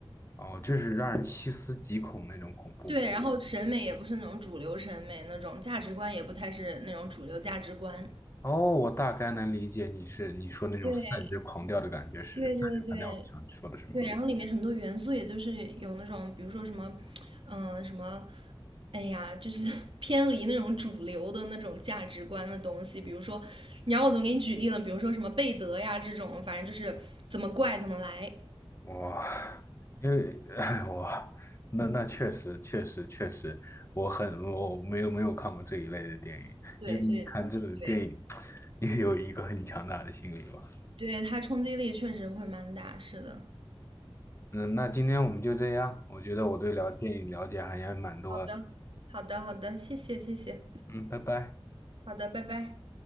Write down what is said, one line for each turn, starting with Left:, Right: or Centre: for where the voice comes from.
Left: 哦，就是让人细思极恐那种恐怖吗？
Right: 对，然后审美也不是那种主流审美那种，价值观也不太是那种主流价值观。
Left: 哦，我大概能理解你是你说那种散之狂掉的感觉是散之狂掉，
Right: 对对对对
Left: 我想说的是吗？
Right: 对，然后里面很多元素也都是有那种，比如说什么，嗯、什么，哎呀，就是 <laughs> 偏离那种主流的那种价值观的东西。比如说，你让我怎么给你举例呢？比如说什么贝德呀这种，反正就是怎么怪怎么来。
Left: 我因为哎我那那确实确实确实，我很我没有没有看过这一类的电影，
Right: 对，
Left: 因为你看这种电影
Right: 所以对
Left: <laughs> 也有一个很强大的心理吧。
Right: 对，它冲击力确实会蛮大。是的。
Left: 嗯，那今天我们就这样，我觉得我对聊电影了解还也蛮多的。
Right: 好的，好的，好的，谢谢谢谢。
Left: 嗯，拜拜。
Right: 好的，拜拜。